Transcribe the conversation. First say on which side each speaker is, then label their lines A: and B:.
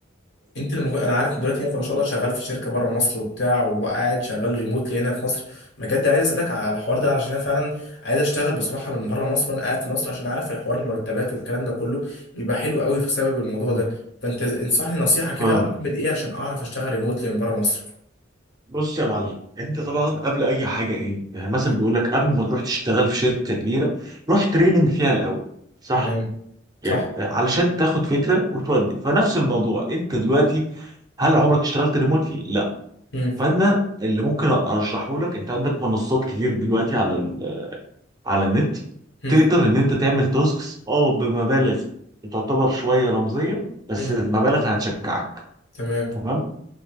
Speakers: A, on the left (about 65°); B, on the right (about 20°).
A: انت لما جو- انا عارف إن دلوقتي انت ما شاء الله شغال في شركه بره مصر وبتاع وقاعد شغال ريموتلي هنا في مصر بجد عايز اسالك على الحوار ده علشان انا فعلا عايز اشتغل بصراحه من بره مصر وانا قاعد في مصر عشان اعرف الحوار المرتبات والكلام ده كله بيبقى حلو قوي بسبب الموضوع
B: مم.
A: ده فانت انصحني نصيحه كده
B: فاهم.
A: اعمل ايه عشان اعرف اشتغل ريموتلي من بره مصر
B: بص يا معلم انت طبعا قبل اي حاجه ايه يعني مثلا
A: مم.
B: بيقول لك قبل ما تروح تشتغل في شركه كبيره روح تريننج فيها الاول صح
A: تمام
B: يعني
A: صح
B: علشان تاخد فكره وتودي فنفس الموضوع انت دلوقتي هل عمرك اشتغلت ريموتلي لا
A: مم.
B: فانا اللي ممكن ارشحه لك انت عندك منصات كتير دلوقتي على ال... على النت
A: مم.
B: تقدر ان انت تعمل تاسكس اه بمبالغ تعتبر شويه رمزيه بس
A: مم.
B: مبالغ هتشجعك
A: تمام
B: تمام